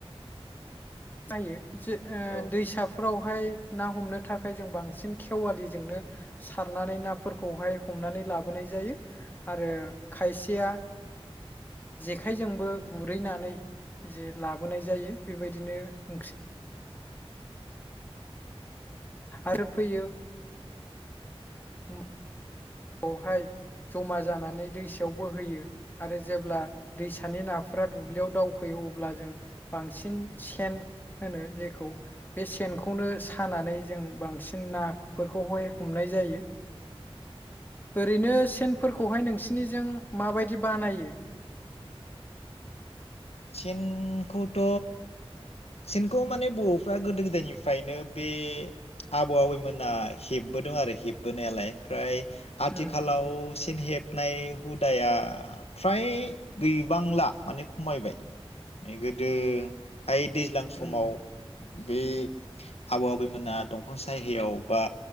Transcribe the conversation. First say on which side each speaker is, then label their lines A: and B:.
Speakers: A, on the left; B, on the left.
A: जायो जे ओ
B: औ
A: दैसाफोरावहाय ना हमनो थाखाय जों बां सिन खेवालिजोंनो सारनानै नाफोरखौहाय हमनानै लाबोनाय जायो आरो खायसेया जेखाइजोंबो गुरहैनानै जे लाबोनाय जायो बेबायदिनो ओंख्रि आरो फैयो उम खौहाय जमा जानानै दैसायाव बोहोयो आरो जेब्ला दैसानि नाफोरा दुब्लियाव दावखोयो अब्ला जों बांसिन सेन होनो जेखौ बे सेन खौनो सानानै जों बांसिन नाफोरखौहाय हमनाय जायो। ओरैनो सेनफोरखौहाय नोंसिनिजों माबायदि बानायो
B: सेनखौथ' सेनखौ माने बर'फ्रा गोदो गोदायनिफ्रायनो बे आबौ आबैमोना हेबबोदों आरो हेबबोनायालाय ओमफ्राय आथिखालाव
A: उम
B: से न हेबनाय हुदाया फ्राय गैबांला माने खमायबाय। ए गोदो हाय दैज्लां समाव
A: उम
B: बे आबौ आबैमोना दंफां सायहायाव बा